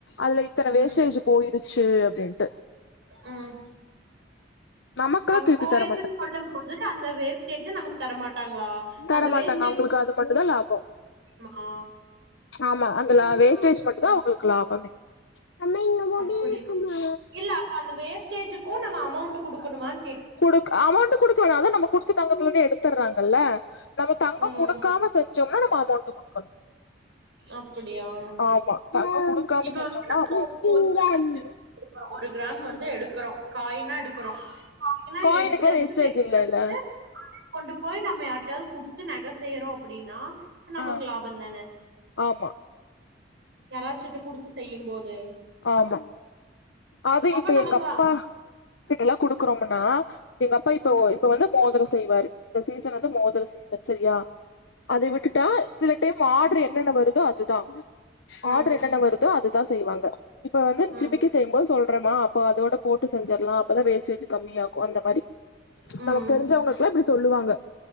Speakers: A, on the left; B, on the right.
A: அதுல இத்தன
B: ம்
A: வேஸ்டேஜ் இருக் ச்சு அப்டின்ட்டு
B: ம்
A: நமக்கெல்லாம்
B: அவ
A: திருப்பி
B: போயிருச்சுனு
A: தர
B: சொல்லும் போது அந்த வேஸ்டேஜ் நமக்கு தரமாட்டாங்களா
A: தரமாட்டாங்க
B: அந்த வேஸ்டேஜ்
A: அவுங்குளுக்கு அது மட்டு தா லாபோ
B: மா
A: ஆமா அன் இதுல வேஸ்டேஜ் மட்டு தா அவுங்குளுக்கு லாபமே அம்மா இங்க முடி
B: அப்டியா
A: இருக்குமா
B: இல்ல அப்ப அந்த வேஸ்டேஜ்கு நம்ம அமௌண்ட் குடுக்கணுமான்
A: குடுக் அமௌண்ட் குடுக்க வேணா அது நமக்கு குடுத்த தங்கத்துல இருந்து எடுத்தறாங்கல்ல நம்ம தங்கொ
B: ம்
A: குடுக்காம செஞ்சோம்னா நம்ம அமௌண்ட் குடுக்கனு
B: அப்படியா
A: ஆமா தங்கோ குடுக்காம
B: இப்ப
A: செஞ்சோம்னா அமெளண்ட் குடுக்கனு
B: வந்து ஒரு கிராம் வந்து எடுக்குறோ காய்னா எடுக்குறோ காய்னா
A: காயினுக்குலா
B: எடுத்து எடுத்து
A: வேஸ்டேஜ்
B: சேத்து
A: இல்லல்ல
B: வச்சு கொண்டு போய் நம்ம யார்ட்டயாது குடுத்து நக செய்றோ அப்டினா அ நமக்கு
A: ஆ
B: லாபோந் தான
A: ஆமா
B: யாராச்சிட்ட குடுத்து செய்யும் போது
A: ஆமா அது
B: அப்ப
A: இப்ப
B: நமக்கு
A: எங்க அப்பா கிட்டலா குடுக்குறோமுன் டா எங்க அப்பா இப்போ
B: ம்
A: இப்ப வந்து மோத் அதூ செய்வாரு இந்த சீசன் வந்து மோதிர சீசன் சேரியா அதை விட்டுட்டா சில டைம் ஆர்ட்ரு என்னென்ன வருதோ அது தா
B: ம்
A: ஆர்டரு
B: ம்
A: என்னென்ன வருதோ அது தா செய்வாங்க இப்ப வந்து
B: ம்
A: ஜிமிக்கி செய்யும் போது சொல்றேமா அப்போ அதோட போட்டு செஞ்சிட்லா அப்போ அதோட வேஸ்டேஜ் கம்மியாக் கோ அந்த மாரி
B: ம்
A: நமக்கு தெரிஞ்சவங்களுக்குல்லா இப்புடி சொல்லுவாங்க